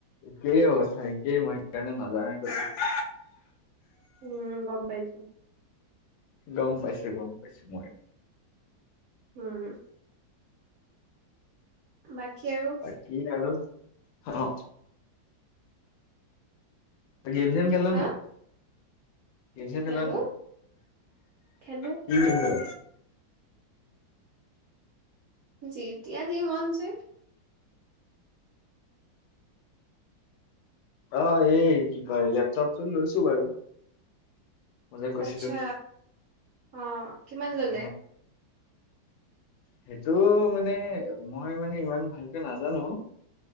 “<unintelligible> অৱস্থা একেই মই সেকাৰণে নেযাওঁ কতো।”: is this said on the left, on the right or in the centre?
Left